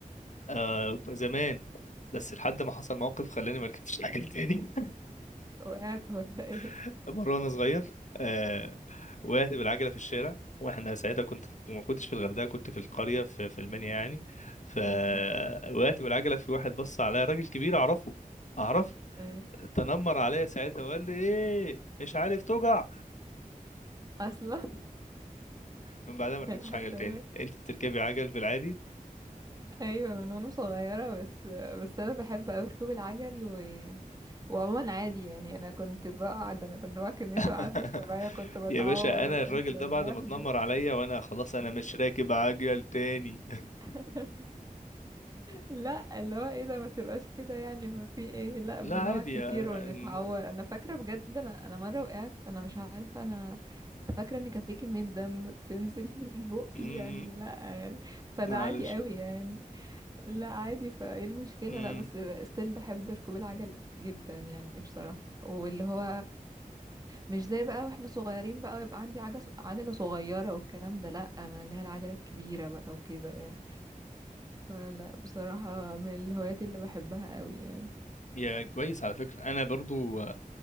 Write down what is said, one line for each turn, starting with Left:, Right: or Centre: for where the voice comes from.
Left: آه زمان بس لحد ما حصل موقف خلاني ما ركبتش العجل تاني
Right: وقعت ولا ايه
Left: <laughs> مرة وانا صغير آه وقعت بالعجلة في الشارع واحنا ساعتها كنت في... ما كنتش في الغردقة كنت في القرية في, في المنيا يعني فوقعت
Right: مم.
Left: بالعجلة في واحد بص عليا راجل كبير اعرفه اعرفه
Right: أيوة.
Left: تنمر عليا ساعتها وقال لي ايه مش عارف توجع
Right: اصلا
Left: من بعدها ما ركبتش
Right: <laughs> أنا
Left: عجل
Right: حتى
Left: تاني
Right: أنا-
Left: انت بتركبي عجل في العادي
Right: ايوه من وانا صغيره بس بس انا بحب اوي ركوب العجل و... وعموما عادي يعني انا كنت بقعد انا كنت بقعد كميه
Left: <laughs>
Right: وقعات مش طبيعيه كنت بتعور
Left: يا باشا انا
Right: وكنت
Left: الراجل
Right: بتبهدل
Left: ده بعد ما اتنمر عليا وانا خلاص انا مش راكب عجل تاني
Right: <laughs> لا اللي هو ايه ده ما تبقاش كده يعني ما في ايه لا
Left: لا
Right: بنقع
Left: عادي
Right: كتير
Left: يا
Right: ونتعور
Left: إن-
Right: انا فاكره بجد انا انا مره وقعت انا مش عارفه انا فاكره ان كان في كميه دم بتنزل <laughs> من بقي
Left: م-
Right: يعني لا يعني فده
Left: معلش
Right: عادي قوي يعني لا عادي فايه المشكلة
Left: م-
Right: لا بس ستيل بحب ركوب العجل جدا يعني بصراحة واللي هو مش زي بقى واحنا صغيرين بقى ويبقى عندي عجل عجلة صغيرة والكلام ده لا انا اللي هي العجلة الكبيرة بقى وكده يعني فلا بصراحة من الهوايات اللي بحبها قوي يعني
Left: يا كويس على فكرة أنا برضو آه،